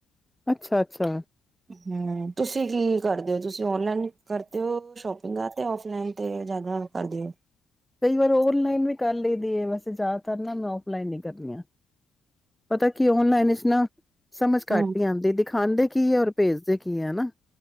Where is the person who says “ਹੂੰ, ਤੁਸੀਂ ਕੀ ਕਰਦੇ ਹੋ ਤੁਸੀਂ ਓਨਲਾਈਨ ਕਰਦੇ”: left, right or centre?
Right